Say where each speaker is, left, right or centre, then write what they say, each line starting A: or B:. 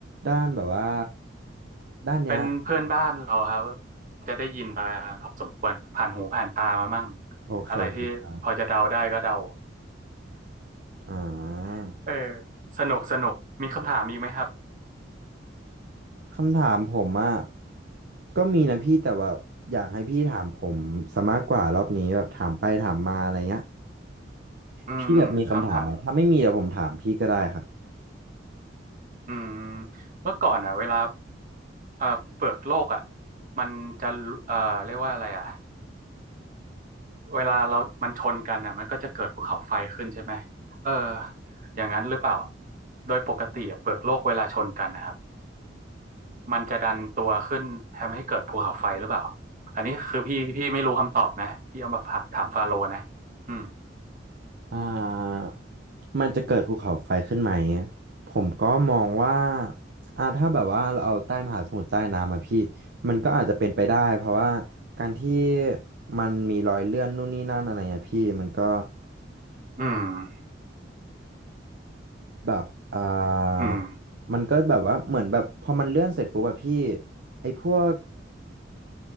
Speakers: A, on the right (about 65°); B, on the right (about 45°).
A: ด้านแบบว่าด้านเนี้ย
B: เป็นเพื่อนบ้านเราครับจะได้ยินมาพอสมควรผ่านหูผ่านตามามั่ง
A: โอเคครับ
B: อะไรที่พอจะเดาได้ก็เดา
A: อ่า
B: <laughs> เออสนุกสนุกมีคำถามอีกไหมครับ
A: คำถามผมอ่ะก็มีนะพี่แต่ว่าอยากให้พี่ถามผมซะมากกว่ารอบนี้แบบถามไปถามมาอะไรเงี้ย
B: อืมอืมคำถาม
A: พี่แบบมีคำถามไหมถ้าไม่มีเดี๋ยวผมถามพี่ก็ได้ครับ
B: อืมเมื่อก่อนอ่ะเวลาเอ่อเปลือกโลกอ่ะมันจะเอ่อเรียกว่าอะไรอ่ะ เวลาเรามันชนกันอ่ะมันก็จะเกิดภูเขาไฟขึ้นใช่ไหมเอออย่างนั้นหรือเปล่า โดยปกติอะเปลือกโลกเวลาชนกันนะครับ มันจะดันตัวขึ้นทำให้เกิดภูเขาไฟหรือเปล่า อันนี้คือพี่พี่ไม่รู้คำตอบนะ พี่เอามาฝากถามฟาโรห์นะอืม
A: อ่ามันจะเกิดภูเขาไฟขึ้นไหมผมก็มองว่าอ่าถ้าแบบว่าเราเอาใต้มหาสมุทรใต้น้ำมาพี่มันก็อาจจะเป็นไปได้เพราะว่าการที่มันมีรอยเลื่อนนู่นนี่นั่นอะไรเงี้ยพี่มันก็
B: อืม
A: แบบอ่า
B: อืม
A: มันก็แบบว่าเหมือนแบบพอมันเลื่อนเสร็จปุ๊บแบบพี่ไอ้พวก